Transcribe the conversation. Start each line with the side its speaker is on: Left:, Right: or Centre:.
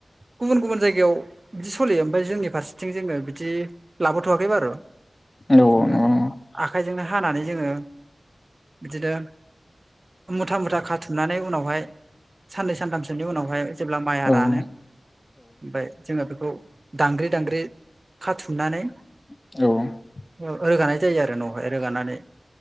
Right: गुबुन गुबुन जायगायाव बिदि सलियो ओमफ्राय जोंनि फारसेथिं जोंङो बिदि लाबोथवाखै बारु
Left: नंगौ
Right: जोंङो
Left: औ
Right: आखाइजोंनो हानानै जोंङो बिदिनो मुथा मुथा खाथुमनानै उनावहाय साननै सानथामसोनि उनावहाय जेब्ला माइया
Left: औ
Right: रानो
Left: औ
Right: ओमफफ्राय जोंङो बेखौ दांग्रि दांग्रि खाथुमनानै
Left: औ
Right: औ रोगानाय जायो आरो नावहाय रोगानानै